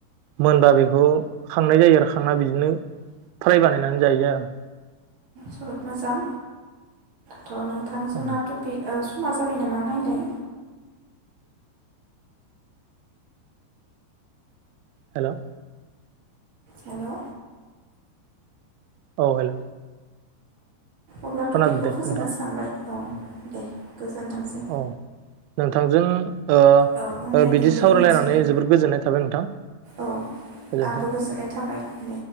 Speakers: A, on the right; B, on the right.
A: मोनबा बेखौ खांनाय जायो आरो खांना बिदिनो फ्राय बानायनानै जायो आरो आं
B: जोबोद मोजां दं नोंथां जोंना
A: आं
B: तपिगा समा जाबाय नामा नायलाय
A: हेलौ
B: हेलौ
A: औ हेल'
B: अब्लाथ'
A: खोनादों
B: तपिगखौ
A: दे
B: फोजोबनो
A: नोंथां
B: सानबाय औ दे गोजोनथोंसै
A: औ नोंथांजों ओ
B: औ उननि आयदायाव
A: बिदि
B: लोगो
A: सावरायलायनानै
B: मोनसिनगोन
A: जोबोद गोजोननाय थाबाय नोंथां
B: औ
A: गोजोनथों
B: आंबो गोजोननाय थाबाय दे